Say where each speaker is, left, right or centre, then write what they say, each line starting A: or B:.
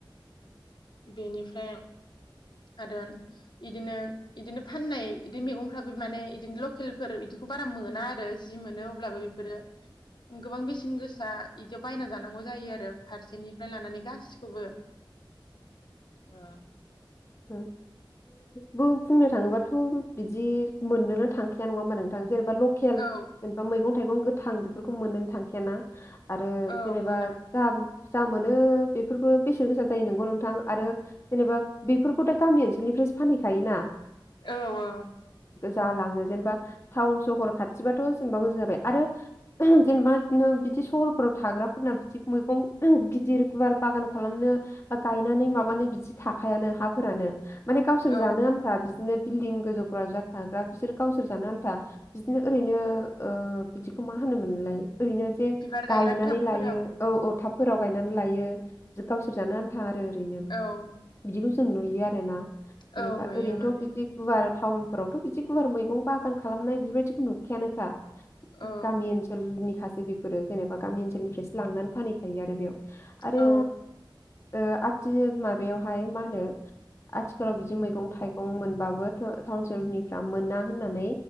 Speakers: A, on the left (about 60°); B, on the left (about 30°).
A: बेनिफ्राय आरो बिदिनो बिदिनो फाननाय बिदि मैगंफ्राबो माने बिदिनो लकेलफोर बिदिखौ बारा मोना आरो जि मोनो अब्लाबो बेफोरो गोबां बेसेन गोसा बिदियाव बायना जानांगौ जायो आरो फारसेनिफ्राय लानानै गासिबो खौबो अ
B: आ बो बुंनो थाङोबाथ' बिदि मोननोनो थांखाया नङा होमबा नोंथां जेनेबा लकेल
A: औ
B: मैगं थाइगं थां बेफोरखौ मोनो थांखायाना आरो
A: औ
B: जेनेबा
A: मोना
B: दाम बुरजा मोनो बेफोरबो बेसेन गोसा जायो नोंगौ नोंथां आरो जेनेबा बेफोरखौथ' गामि ओनसोलनिफ्रायो फानहैखायोना
A: औ औ
B: जालाङो जेनेबा टाउन सहर खाथिबाथ' जेनेबा मोजां जाबाय आरो जेनेबा बिदि सहरफोराव थाग्राफोरना बिदि मैगं गिदिर गुवार बागान खालामनो बा गायनानै माबानो बिदि था- आखायानो हाफोरानो माने गावसोर
A: औ
B: जानो
A: औ
B: आन्था बिदिनो बिल्दिं गोजौफ्राव जाथा बा बिसोर गावसोर जानो आन्था बिदिनो ओरैनो ओ बिदिखौ मा होनोमोनलाय ओरैनो जे
A: बिबार
B: गायनानै
A: गायग्रा टाबफोराव
B: लायो औ औ टाबफोराव गायनानै लायो गावसोर जानो थागारो ओरैनो
A: औ
B: जों नुयो आरो ना जेनेबा
A: औ नुयो
B: ओरैनोथ'
A: माने
B: बिदि गुवार टाउनफोरावथ' बिदि गुवार मैगं बागान खालामनाय बेफोरबायदिखौ नुखायानोखा
A: औ
B: गामि ओनसोलनि खासो बेफोरो जेनेबा गामि ओनसोलनिफ्रायसो लांनानै फानहैखायो आरो बेयाव आरो
A: औ
B: ओ आथि माबायाव ओमफाय मा होनो आथिखालाव बिदि मैगं थाइगं मोनबाबो टाउन सोहरनिफ्रा मोना होननानै